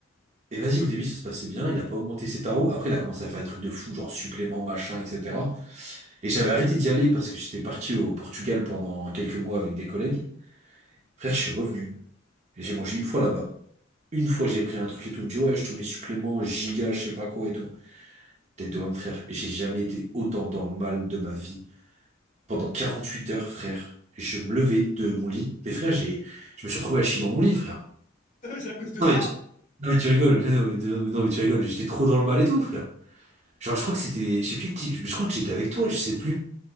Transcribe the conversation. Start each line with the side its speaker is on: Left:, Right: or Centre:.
Right: Et vas-y, au début, ça se passait bien, il a pas augmenté ses tarots. Après, il a commencé à faire des trucs de fou, genre supplément machin, etc. Et j'avais arrêté d'y aller parce que j'étais parti au Portugal pendant quelques mois avec des collègues. Frère, je suis revenu et j'ai mangé une fois là-bas. Une fois, j'ai pris un truc et tout. Il me dit, ouais, je te mets supplément, giga, je sais pas quoi et tout. Tête de homme, frère. Et j'ai jamais été autant dans le mal de ma vie. Pendant 48 heures, frère, je me levais de mon lit. Mais frère, j'ai, je me suis retrouvé à chier dans mon lit, frère.
Left: Putain, C'est à cause de
Right: Non,
Left: ça?
Right: mais tu- Non, mais tu rigoles. <laughs> Non, mais, non, mais tu rigoles. J'étais trop dans le mal et tout, frère. Genre, je crois que c'était, je sais plus qui, je crois que j'étais avec toi, je sais plus.